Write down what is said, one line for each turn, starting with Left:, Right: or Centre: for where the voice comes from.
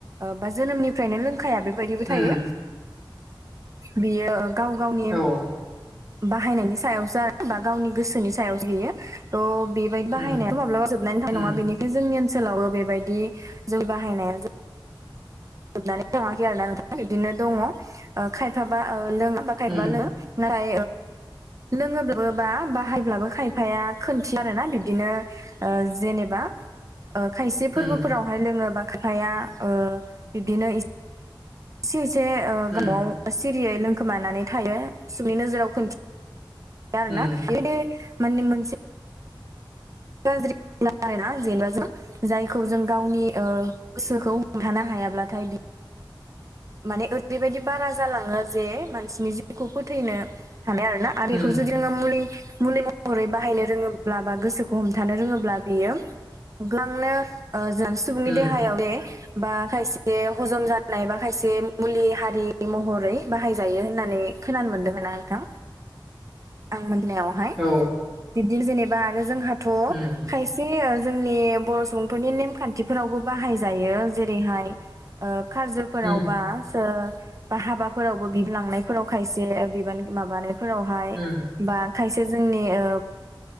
Right: बा जोनोमनिफ्रायनो लोंखाया बेबायदिबो थायो
Centre: उम
Right: बियो गाव गावनि
Centre: औ
Right: बाहायनायनि सायावसो आरो बा गावनि गोसोनि सायावसो बियो थह बेबायदि बाहायनायाथ'
Centre: उम
Right: माब्लाबा जोबनायनि थ
Centre: उम
Right: नङा बेनिख जोंनि ओनसोलावबो बेबायदि जय बाहायनाया जोबनानै थाङाखै आरोना नोंथांङा बिदिनो दंङो खायफाबा लोङाबा खायफा
Centre: उम
Right: लो <unintelligible> लोंङोब्लाबो बा बाहायब्लाबो खायफाया खोनथि आर ना बिदिनो जेनेबा खायसे
Centre: उम
Right: फोरबोफोरावहाय लोंङोबा खायफाया ओ बिब्दिनो एसे एसे
Centre: उम
Right: गो न'आव सिरियै लोंखोमानानै थायो सनि नोजोराव खथि जारना
Centre: उम
Right: मान मोनसे <unintelligible> <unintelligible> जायखौ जों गावनि ओ गोसोखौ हमथानो हायाब्लाथाय बि माने ओरैबायाददि बारा जालाङो जे मानसिनि जिउखौ फोथैनो हानाय आरो ना आरो
Centre: उम
Right: बेखौ जुदि मुलि मुलि महरै बाहायनो रोङोब्ला बा गोसोखौ हमथानो रोङोब्ला बियो गोबांनो जोंनि सुबुंनि
Centre: उम
Right: देहायाव जे बा खायसे हजम जानाय बा खायसे मुलि हारि महरै बाहायजायो होननानै खोनानो मोनदोंमोना नोंथां?
Centre: <inaudible>
Right: आं मोननायावहाय
Centre: औ
Right: बिब्दि जेनेबा आरो जोंहाथ'
Centre: उम
Right: खाय ए जोंनि बर' सुबुंफोरनि नेमखान्थिफोरावबो बाहायजायो जेरैहाय ओ खाजो फोरावबा
Centre: उम
Right: सो बा हाबाफोरावबो बिब लांनायफोराव खायसे बिबान माबानायफोरावहाय
Centre: उम
Right: बा खायसे जोंनि ओ